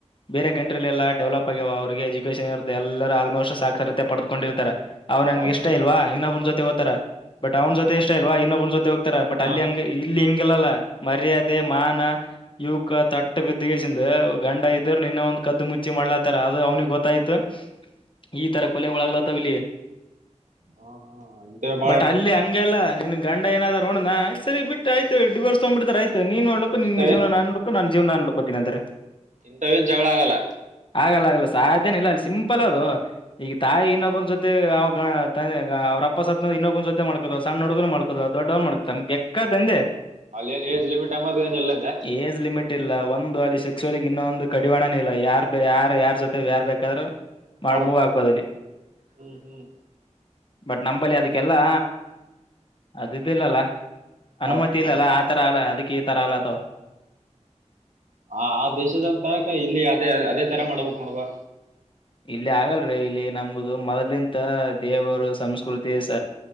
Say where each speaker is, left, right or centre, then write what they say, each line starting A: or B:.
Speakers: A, on the left; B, on the right.
A: ಬೇರೆ ಕಂಟ್ರಿಲಿ ಎಲ್ಲ ಡೆವಲಪ್ ಆಗ್ಯಾವ ಅವ್ರಿಗೆ ಎಜುಕೇಶನ್ ಇರತ ಎಲ್ಲ ಆಲ್ಮೋಸ್ಟ್ ಸಾಕ್ಷರತೆ ಪಡೆದಕೊಂಡಿರ್ತಾರ ಅವ್ ನನ್ಗೆ
B: ಹೌದೌದು
A: ಇಷ್ಟ ಇಲ್ವಾ ಇನ್ನೊಬ್ಬನ ಜೊತೆ ಹೋಗ್ತಾರ ಬಟ್ ಅವ್ನ ಜೊತೆ ಇಷ್ಟ ಇಲ್ವಾ ಇನ್ನೊಬ್ನ ಜೊತೆ. ತರ ಬಟ್
B: ಹಾ
A: ಅಲ್ಲಿಂಗ ಇಲ್ಲಿ ಹಿಂಗಲ್ಲಲ್ಲ ಮರ್ಯಾದೆ. ನಾನ ಯುವಕ ತಟ್ಟ ಬಿದ್ದಗಸ ಗಂಡ ಇದರು ನಿನ್ನ ಒಂದ್ ಕದ್ದು ಮುಚ್ಚಿ ಮಾಡ್ಲಾತಾರ ಅದು ಅವನ ಗೊತ್ತಾಯ್ತು ಈ ತರ ಕೊಲೆಗಳಗ್ತವ ಇಲ್ಲಿ
B: ಹಾ ಹಾ ಇಂತವ ಬಾಳ
A: ಬಟ್ ಅಲ್ಲಿ ಹಂಗಲ್ಲ ನಿನ್ ಗಂಡ ಏನಾದರ ಹೋಡದ ಆಯತ ಸರಿ ಬಿಟ್ಟ ಆಯ್ತ ಡಿವರಸ ತೊಂದ ಬಿಡತನ್ ಆಯತ ನೀನ್ ನೋಡ್ಕು ನಿನ್
B: ಇಂತವೇನ್
A: ಜೀವನ ನಾನ್ ನೋಡ್ಕು ನಾನ್ ಜೀವನ ನಡ್ಕೊತೀನಿ ಅಂತಾರ
B: ಇಂತವೇನ್ ಜಗಳ ಆಗಲ್ಲ
A: ಆಗಲ್ಲ ಆಗಲ್ಲ ಸಾಧ್ಯನ ಇಲ್ಲ ಅಲ್ಲಿ ಸಿಂಪಲ್ ಅದೋ ಈಗ ತಾಯಿ ಇನ್ನೊಬನ್ ಜೊತೆ ಅವ <unintelligible> ಅವ್ರ ಅಪ್ಪ ಸತ್ನ ಇನ್ನೊಬ ಜೋತೆ ಮಾಡ್ಕತವ ಸಣ್ಣ ಹುಡುಗನ ಮಾಡ್ಕತವ ದೊಡ್ಡವ್ ಮಾಡಕತನ ಬೇಗೆಕ್ಕದಂದೆ
B: ಅಲ್ಲೇನ್ ಏಜ್ ಲಿಮಿಟ್ ಎಂಬದ ಏನ್ ಇಲ್ಲಂದೆ
A: ಏಜ್ ಲಿಮಿಟ್ ಇಲ್ಲ ಒಂದ ದು ಅಲ್ಲಿ ಸೆಕ್ಸವಲಗಿ ಇನ್ನೊ ಒಂದು ಕಡಿವಾಣನ ಇಲ್ಲ ಯಾರ ಯಾರ ಯಾರ್ ಜೊತೆ ಯಾರ್ ಬೇಕಾದ್ರರು. ಬಾಳಮೂವ
B: ಮಾಡ್ಬೇಕು
A: ಆಗಬಹುದು ಅಲ್ಲಿ
B: ಹ್ಮ್ ಹ್ಮ್
A: ಬಟ್ ನಂಬಲ್ಲಿ ಅದಕ್ಕೆಲ್ಲಾ ಅದು ಇದಿಲ್ಲಲ್ಲ ಅನುಮತಿ
B: ಹೌದು
A: ಇಲ್ಲಲ್ಲ. ರಾಲ ಅದಕ್ಕೆ ಇತರ ಅಲತವ
B: ಆ ಆ ದೇಶದಂತಕ ಇಲ್ಲಿ ಅದೇ ಅದೇ ತರ ಮಾಡ್ಬಕ್ ನೋಡವ
A: ಇಲ್ಲಿ ಆಗಲ್ರಿರಿ ಇಲ್ಲಿ ನಂಬುದು ಮೊದ್ಲಿಂತ ದೇವರು ಸಂಸ್ಕೃತಿ ಸ